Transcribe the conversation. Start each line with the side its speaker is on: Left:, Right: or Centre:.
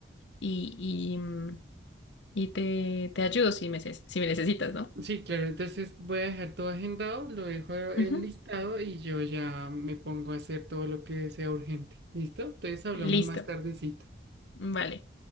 Left: Y, y, mm, y te, te ayudo si me, ses- si me necesitas, ¿no?
Right: Sí, claro, entonces voy a dejar todo agendado, lo dejo enlistado
Left: Ujú.
Right: y yo ya me pongo a hacer todo lo que sea urgente. ¿Listo? Entonces hablamos
Left: Listo.
Right: más tardecito.
Left: Vale.